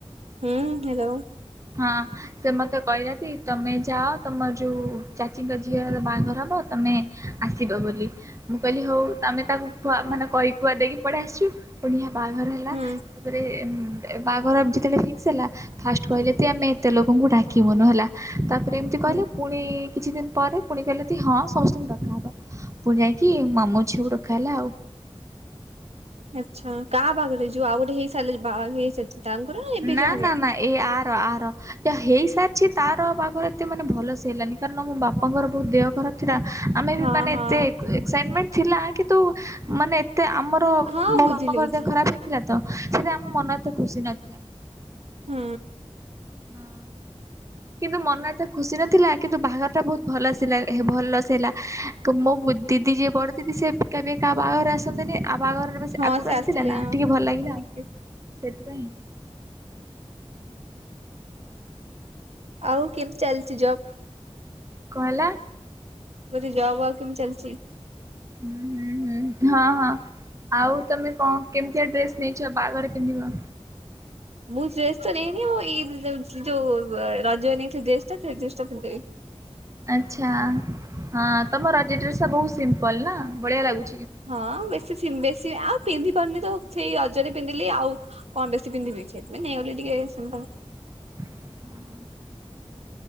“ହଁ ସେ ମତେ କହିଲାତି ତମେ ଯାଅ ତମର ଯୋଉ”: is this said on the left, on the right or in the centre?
Right